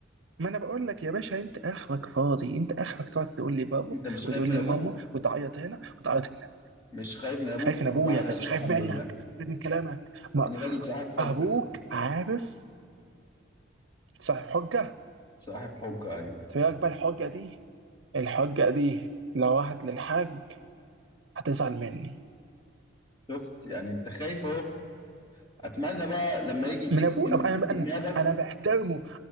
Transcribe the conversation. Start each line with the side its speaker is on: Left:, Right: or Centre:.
Right: ما انا بقول لك يا باشا انت اخرك فاضي انت اخرك تقعد تقول لي بابا
Left: انت مش
Right: وتقول
Left: خايف من
Right: لي
Left: ابوك
Right: ماما وتعيط هنا وتعيط هنا
Left: مش خايف من ابوك
Right: خايف من
Left: انا
Right: ابويا
Left: ما بعرفش
Right: بس مش خايف
Left: الحمد
Right: منك
Left: لله
Right: خايف من كلامك ما
Left: انا راجل صاحب حجه
Right: ابوك عارف صاحب حجه
Left: صاحب حجه ايوه
Right: تبقى بقى الحجه دي الحجه دي لو راحت للحاج هتزعل مني
Left: شفت يعني انت خايف اهو اتمنى بقى لما يجي يديك
Right: من ابوه
Left: كلمتين
Right: أب- انا
Left: في
Right: انا
Left: جنابك
Right: انا محترمه